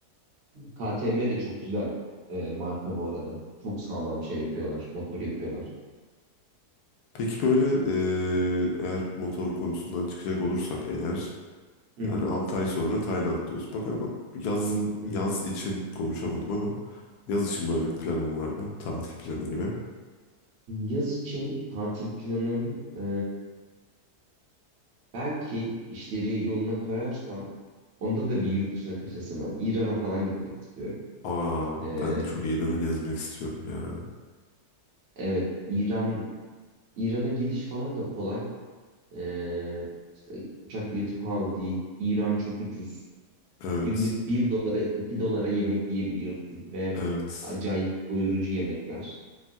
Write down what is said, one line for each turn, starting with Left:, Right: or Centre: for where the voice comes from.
Right: KTM de çok güzel e, marka bu arada. Çok sağlam şey yapıyorlar. Motor yapıyorlar.
Left: Peki böyle eee, eğer motor konusundan çıkacak olursak eğer
Right: Hı
Left: yani
Right: hı.
Left: 6 ay sonra Tayland diyoruz. Bak ama yazın
Right: hı
Left: yaz
Right: hı.
Left: için konuşamadım ama yaz için böyle bir planım var mı? Tatil planı gibi.
Right: Yaz için tatil planım e, Belki işleri yoluna koyarsam onda da bir yurt dışına kaçasım var. İran'a falan gitmek istiyorum.
Left: Aa
Right: Ee,
Left: ben de çok İran'ı gezmek istiyorum ya.
Right: evet İran İran'a gidiş falan da kolay. Ee, işte uçak bileti pahalı değil. İran çok ucuz.
Left: Evet.
Right: Günlük bir dolara 2 dolara yemek yiyebiliyorsun ve
Left: Evet.
Right: acayip doyurucu yemekler.